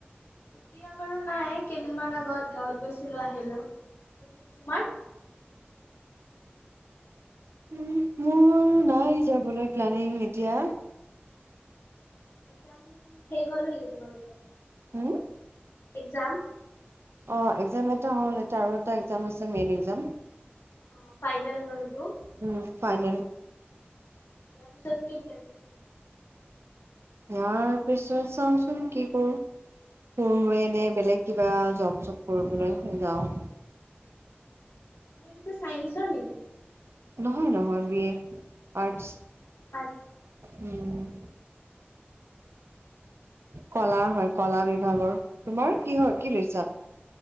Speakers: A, on the left (about 75°); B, on the right (about 85°).
A: এতিয়া বাৰু নাই কেইদিনমান আগত গাঁৱত গৈছিলো আহিলো। তোমাৰ?
B: উ মোৰ নাই যাবলৈ প্লানিং এতিয়া
A: এক্সাম, শেষ হ'ল নেকি তোমালোকৰ
B: হম
A: এক্সাম?
B: অ' এক্সাম এটা হ'ল, এটা আৰু এক্সাম আছে মেইন এক্সাম।
A: অ' ফাইনেল ন এইটো?
B: উম ফাইনেল।
A: অ', পিছত কিই প্লেনিং
B: ইয়াৰ পিছত চাওচোন কি কৰো। তোৰে এনে বেলেগ কিবা জব চব কৰিবলৈ যাওঁ।
A: তুমি পিছ চাইন্সৰ নেকি।
B: নহয় নহয় বি এ আৰ্টছ।
A: আচ্ছা।
B: উম'। কলাৰ হয় কলা বিভাগৰ তোমাৰ কি হয় কি লৈছা।